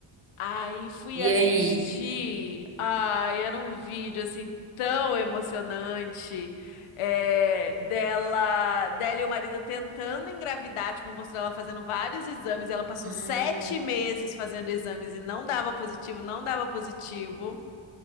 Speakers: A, on the left; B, on the right.
A: Aí fui assistir.
B: E aí?
A: Ai, era um vídeo assim tão emocionante é, dela, dela e o marido tentando engravidar, tipo, mostrou ela fazendo vários exames. Ela passou
B: Ah,
A: sete meses fazendo exames e não dava positivo, não dava positivo,